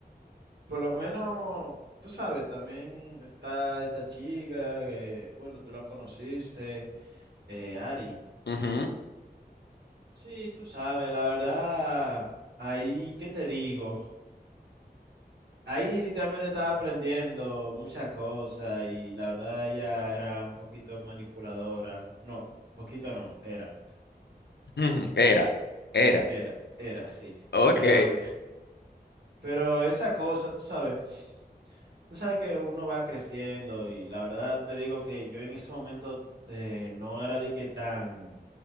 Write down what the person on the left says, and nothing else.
Ujú,
ujú. Era, era.
Ok.